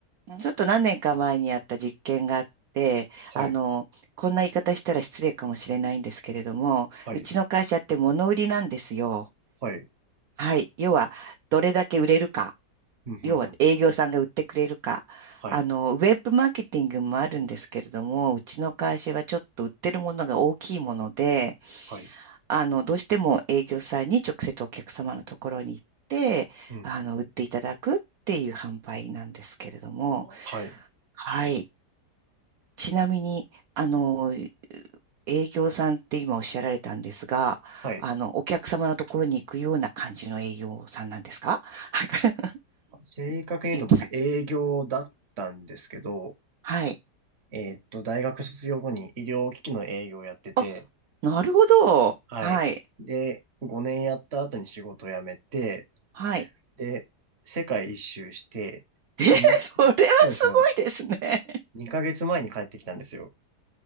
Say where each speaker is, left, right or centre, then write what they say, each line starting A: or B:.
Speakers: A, on the right (about 70°); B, on the right (about 45°).
A: ちょっと何年か前にやった実験があって、
B: はい、
A: あの、こんな言い方したら失礼かもしれないんですけれども、
B: はい、
A: うちの会社って物売りなんですよ。
B: はい、
A: はい。要は、どれだけ売れるか。
B: うん、うん、
A: 要は営業さんが売ってくれるか。
B: うん、うんはい、
A: あの、ウェブマーケティングもあるんですけれども、うちの会社はちょっと売ってるものが大きいもので、
B: はい、
A: あの、どうしても営業さんに直接お客様のところに行って、
B: うん、
A: あの、売っていただくっていう販売なんですけれども、
B: うん、はい、
A: はい。ちなみに、あの、営業さんって今おっしゃられたんですが、
B: はい。
A: あの、お客様のところに行くような感じの営業さんなんですか <laughs>
B: 正確に言うと僕営業だったんですけど、
A: ゆっとさん。はい。
B: えーっと、大学卒業後に医療機器の営業をやってて、
A: あ、なるほど。
B: はい。
A: はい。
B: で、5年やった後に仕事を辞めて、
A: はい。
B: で、世界一周して、
A: えー、
B: で、に、
A: <laughs> それはすごいですね。
B: そうですよ。2ヶ月前に帰ってきたんですよ。